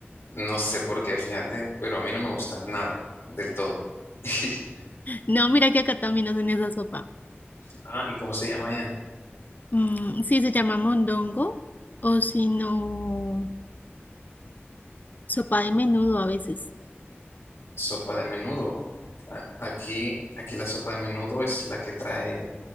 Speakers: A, on the left; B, on the left.
A: No sé por qué, fíjate, pero a mí no me gusta nada del todo. <laughs>
B: No, mira que acá también hacen esa sopa.
A: Ah, ¿y cómo se llama ella?
B: Mm, sí, se llama mondongo o si no, sopa de menudo a veces.
A: sopa de menudo. A- Aquí, aquí la sopa de menudo es la que trae